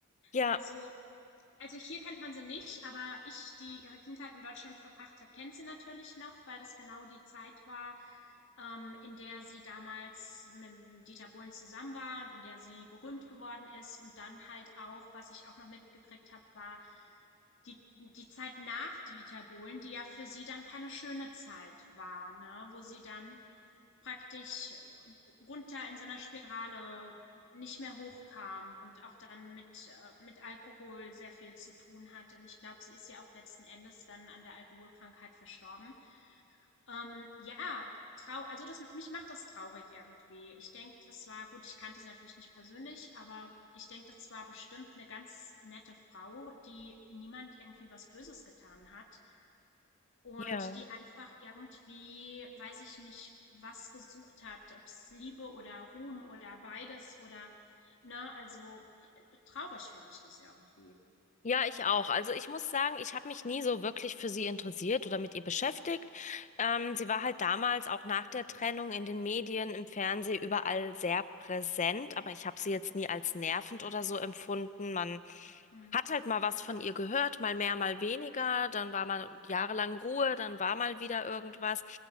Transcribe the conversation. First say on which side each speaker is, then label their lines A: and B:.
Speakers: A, on the left (about 35°); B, on the left (about 60°).
A: Ja.
B: Also also hier kennt man sie nicht, aber ich, die ihre Kindheit in Deutschland verbracht hat, kennt sie natürlich noch, weil das genau die Zeit war, ähm, in der sie damals mit Dieter Bohlen zusammen war und in der sie berühmt geworden ist. Und dann halt auch, was ich auch noch mitgekriegt habe, war die, die Zeit nach Dieter Bohlen, die ja für sie dann keine schöne Zeit war, ne? wo sie dann praktisch runter in so einer Spirale nicht mehr hochkam und auch dann mit, äh, mit Alkohol sehr viel zu tun hatte. Und ich glaube, sie ist ja auch letzten Endes dann an der Alkoholkrankheit verstorben. Ähm, ja, trau also das, mich macht das traurig irgendwie. Ich denke, das war, gut, ich kannte sie natürlich nicht persönlich, aber ich denke, das war bestimmt eine ganz nette Frau, die niemand irgendwie was Böses getan hat. Und
A: Ja.
B: die einfach irgendwie, weiß ich nicht, was gesucht hat, ob es Liebe oder Ruhm oder beides oder ne, also äh, traurig finde ich das irgendwie.
A: Ja, ich auch. Also ich muss sagen, ich habe mich nie so wirklich für sie interessiert oder mit ihr beschäftigt. Ähm, sie war halt damals auch nach der Trennung in den Medien, im Fernsehen überall sehr präsent, aber ich habe sie jetzt nie als nervend oder so empfunden. Man
B: Mhm.
A: hat halt mal was von ihr gehört, mal mehr, mal weniger. Dann war mal jahrelang Ruhe, dann war mal wieder irgendwas.